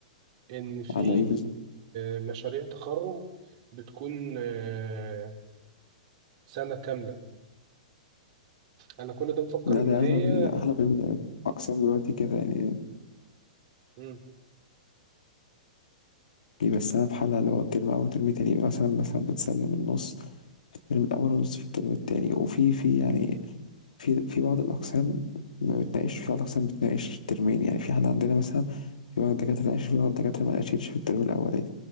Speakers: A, on the right (about 50°); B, on the left (about 85°).
A: إن في
B: على إيه بالظبط؟
A: آه، مشاريع تخرج بتكون آه، سنة كاملة أنا كل ده مفكر
B: لا
A: إن
B: ده
A: هي
B: أغلب ال أغلب الأقسام دلوقتي كده يعني
A: مم.
B: بيبقى في حالة اللي هو الترم أول وترم تاني يبقى مثلا مثلا بتسلم النص في الترم الأول والنص في الترم التاني وفي في يعني في في بعض الأقسام ما بتناقش في بعض الأقسام بتناقش الترمين يعني في احنا عندنا مثلا في بعض الدكاترة ناقش في بعض الدكاترة ما ناقشتش في الترم الأولاني